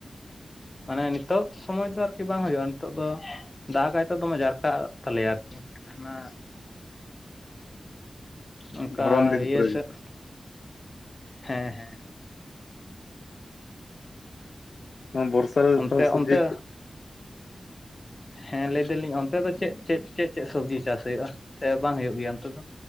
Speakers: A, on the left; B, on the left.
A: ᱢᱟᱱᱮ ᱱᱤᱛᱚᱜ ᱥᱚᱢᱚᱭ ᱫᱚ ᱟᱨᱠᱤ ᱵᱟᱝ ᱦᱩᱭᱩᱜᱼᱟ ᱱᱤᱛᱚᱜ ᱫᱚ ᱫᱟᱜᱟᱭᱛᱚ ᱫᱚᱢᱮ ᱡᱟᱨᱠᱟᱜ ᱛᱟᱞᱮᱭᱟ ᱟᱨᱠᱤ ᱚᱱᱟ ᱚᱱᱠᱟ
B: ᱫᱷᱚᱨᱚᱱ ᱫᱤᱱ
A: ᱤᱭᱟᱹ
B: ᱠᱚᱨᱮ
A: ᱥᱮᱫ
B: ᱜᱮ
A: ᱦᱮᱸ ᱦᱮᱸ᱾
B: ᱦᱚ ᱵᱚᱨᱥᱟ, ᱨᱮ
A: ᱚᱱᱛᱮ
B: ᱥᱚᱵᱽᱡᱤ
A: ᱚᱱᱛᱮ ᱦᱮᱸ ᱞᱟᱹᱭ ᱫᱟᱞᱤᱧ ᱚᱱᱛᱮ ᱫᱚ ᱪᱮᱫ ᱪᱮᱫ? ᱪᱮᱫ ᱪᱮᱫ ᱥᱚᱵᱽᱡᱤ ᱪᱟᱥ ᱦᱩᱭᱩᱜᱼᱟ ᱥᱮ ᱵᱟᱝ ᱦᱩᱭᱩᱜ ᱜᱮᱭᱟ ᱚᱱᱛᱮ ᱫᱚ?